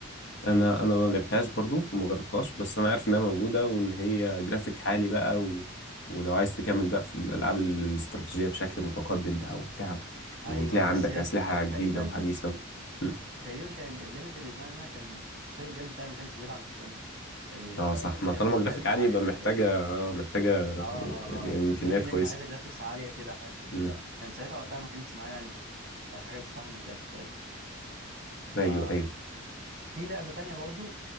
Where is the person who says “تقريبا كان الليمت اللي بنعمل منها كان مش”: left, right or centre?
Right